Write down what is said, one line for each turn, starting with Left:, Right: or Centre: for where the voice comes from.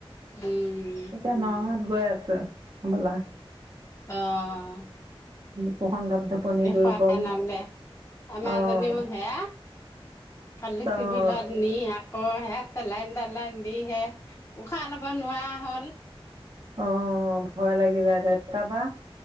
Left: উম
Right: এতিয়া নগাঁৱত গৈ আছ ছোঁ, হ'বলা।
Left: অ',
Right: বুকুখন ধপধপনি
Left: দেখুৱাই
Right: দুৰ্বল
Left: আনক দে, আমাৰ
Right: আহ
Left: জনীয়ো সেয়া। কালি
Right: আহ
Left: চিভিলত নি আকৌ হে চেলাইন টেলাইন দিহে, উশাহ ল'ব নোৱাৰা হ'ল।
Right: অ', ভয় লাগি যায় যে, তাপা